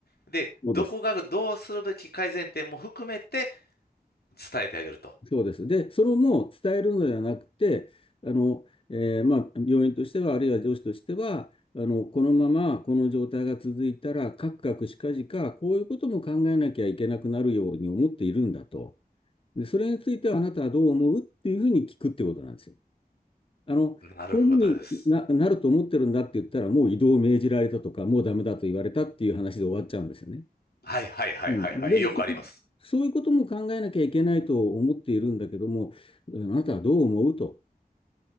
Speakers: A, on the left; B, on the left.
A: で、
B: そうです。
A: どこがどうするべき改善点も含めて伝えてあげると。
B: そうです。で、それも伝えるのではなくて、あの、えーまあ、病院としては、あるいは上司としては、あの、このままこの状態が続いたら、かくかくしかじか、こういうことも考えなきゃいけなくなるように思っているんだと。で、それについてはあなたはどう思うっていうふうに聞くってことなんですよ。あの、
A: なるほどです。
B: こういうふうにな、なると思ってるんだって言ったら、もう異動を命じられたとか、もうダメだと言われたっていう話で終わっちゃうんですよね。
A: はいはいはいはいはい。
B: うんでも、
A: よくあります。
B: そそういうことも考えなきゃいけないと思っているんだけども、あなたはどう思うと。